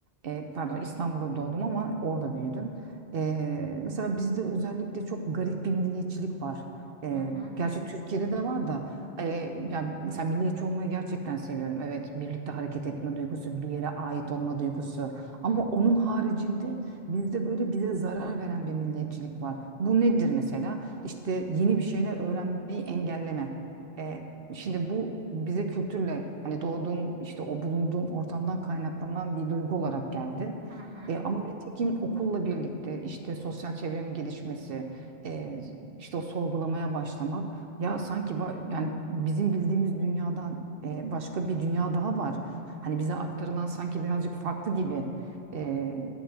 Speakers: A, on the right; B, on the right.
A: E, pardon İstanbul'da doğdum ama orada büyüdüm. E, mesela bizde özellikle çok garip bir milliyetçilik var. E,
B: hı hı,
A: gerçi Türkiye'de de var da e, yani mesela milliyetçi olmayı gerçekten seviyorum. Evet birlikte hareket etme duygusu, bir yere ait olma duygusu. Ama onun haricinde bizde böyle bize zarar veren bir milliyetçilik var. Bu nedir mesela? İşte yeni bir şeyler öğrenmeyi engelleme. E, Şimdi bu bize kültürle hani doğduğum işte o bulunduğum ortamdan kaynaklanan bir duygu olarak geldi.
B: hı hı.
A: E, ama nitekim okulla birlikte işte sosyal çevremin gelişmesi, e, işte o sorgulamaya başlamak ya sanki ba- yani bizim bildiğimiz dünyadan e, başka bir dünya daha var. Hani bize aktarılan sanki birazcık farklı gibi. E,